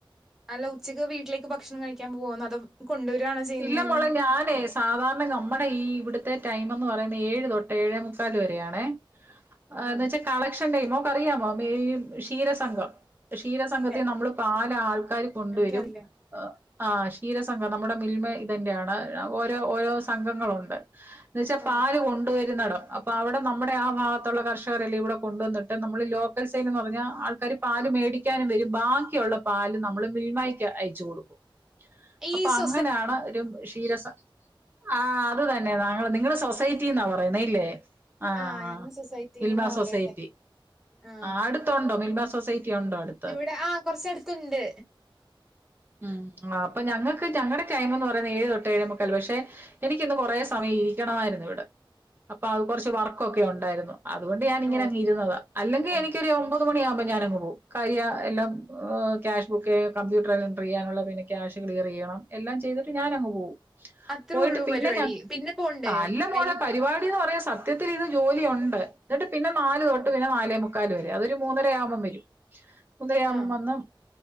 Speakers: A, in the centre; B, on the right.
A: അല്ല ഉച്ചയ്ക്ക് വീട്ടിലേക്ക് ഭക്ഷണം കഴിക്കാൻ പോവാണോ അതൊ കൊണ്ടോരാണോ ചെയ്യുന്നേന്ന്
B: ഇല്ല മോളെ ഞാനേ സാധാരണ നമ്മുടെ ഈ ഇവിടുത്തെ ടൈം എന്ന് പറയുന്ന ഏഴ് തൊട്ട് ഏഴേ മുക്കാൽ വരെയാണേ ഏഹ്
A: ആ
B: എന്ന് വെച്ചാ കളക്ഷൻ ടൈ മോക്കറിയാമോ ഈ ക്ഷീര സംഘം ക്ഷീര സംഘത്തെ
A: ഇല്ല
B: നമ്മള് നാല് ആൾക്കാർ കൊണ്ടുവരും
A: എനിക്കറിയില്ല
B: ആഹ് ക്ഷീരസഘം നമ്മുടെ മിൽമ ഇതിന്റെ ആണ് ഓരോ ഓരോ സംഘങ്ങളുണ്ട് എന്ന് വെച്ചാ
A: ആ
B: പാല് കൊണ്ടുവരുന്നടം പ്പവിടെ നമ്മുടെ ആ ഭാഗത്തുള്ള കർഷകരെല്ലാം ഇവിടെ കൊണ്ടുവന്നിട്ട് നമ്മൾ ലോക്കൽ സയിൻ എന്ന് പറഞ്ഞാ ആൾക്കാര് പാല് മേടിക്കാനും വരും ബാക്കിയുള്ള പാല് നമ്മള് മിൽമക്ക് അയച്ചു കൊടുക്കും
A: ഈ
B: അപ്പൊ
A: സോ
B: അങ്ങനെയാണ് ഒരു ക്ഷീരസ ആഹ് അത് തന്നെ താങ്കൾ നിങ്ങള് സൊസൈറ്റിന്നാ പറയുന്നേ ഇല്ലേ ആഹ്
A: ആ ഞങ്ങള് സൊസൈറ്റീന്നാ
B: മിൽമ സൊസൈറ്റി
A: പറയുന്നേ ആ
B: ആഹ് അടുത്തുണ്ടോ മിൽമ സൊസൈ റ്റിയൊണ്ടോ അടു
A: ഇവിടെ ആഹ് കൊറച്ചടുത്തുണ്ട്
B: ഉം ആ അപ്പൊ ഞങ്ങ ക്ക്‌ ഞങ്ങളെ ടൈം എന്ന് പറയുന്ന ഏഴ് തൊട്ടേഏഴ് മുക്കാൽ പക്ഷെ എനിക്കിന്ന് കുറെ സമയം ഇരിക്കണമായിരുന്നു ഇവിടെ അപ്പൊ അത് കുറച്ച് വർക്കൊക്കെ ഉണ്ടായിരുന്നു അതുകൊണ്ട് ഞാന് ഇങ്ങനെ
A: ഓ
B: അങ്ങ് ഇരുന്നത അല്ലെങ്കി
A: ഓ
B: എനിക്കൊരു ഒമ്പത് മണിയാകുമ്പോ ഞാനങ് പോകും കഴിയഎല്ലാം ക്യാഷ് ബുക്ക് കമ്പ്യൂട്ടറിൽ എന്റർ ചെയ്യാനുള്ള പിന്നെ ക്യാഷ് ക്ലിയർ ചെയ്യണം എല്ലാം ചെയ്തിട്ട് ഞാനങ്ങ് പോകും
A: അത്രേ
B: പോയിട്ട്
A: ഉള്ളൂ
B: പിന്നെ
A: പരിപാടി
B: ഞാൻ
A: പിന്നെ പോണ്ടേ
B: അല്ല മോളെ
A: വൈകിട്ട്
B: പരിപാടിന്ന് പറയാൻ സ ത്യത്തില് ഇത് ജോലിയൊണ്ട് എന്നിട്ട് പിന്നെ നാല്
A: ആ
B: തൊട്ട് പിന്നെ നാലേ മുക്കാല് വരെ അതൊരു മൂന്നര ആവുമ്പം വരും ഉദയാവുമ്പം
A: ആ
B: വന്നു